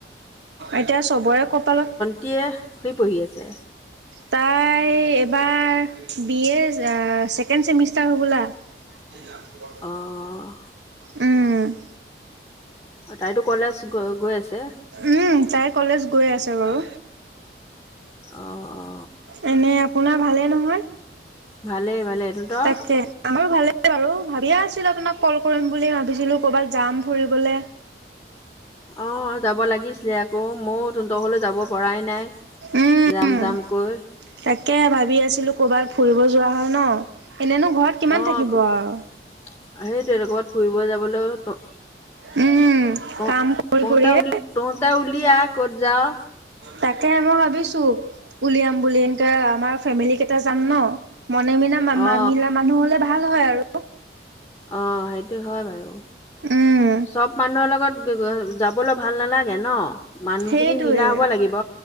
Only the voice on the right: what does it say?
এতিয়া চবৰে কপালত
তাই এবাৰ বিএ ছেকেণ্ড চেমিষ্টাৰ হ'বলা। <unintelligible>
উম
উম তাই কলেজ গৈ আছে বাৰু।
এনে আপোনাৰ ভালে নহয়,
তাকে আমাৰ ভালে ই বাৰু ভাবিয়ে আছিলো আপোনাক ক'ল কৰিম বুলি ভাবিছিলোঁ কৰ'বাত যাম ফুৰিবলে।
উম,
তাকে ভাবি আছিলো, কৰ'বাত ফুৰিব যোৱা হয় ন এনেনো ঘৰত কিমান
থাকিব
আৰু।
উম
কাম কৰি
কৰিয়ে
তাকে মই ভাবিছোঁ উলিয়াম বুলি এনকা আমাৰ ফেমিলি কেইটা যাম ন। মনে মিলাা মা
মিলা মানুহ হ'লে ভাল হয় আৰু।
উম,
সেইটোৱে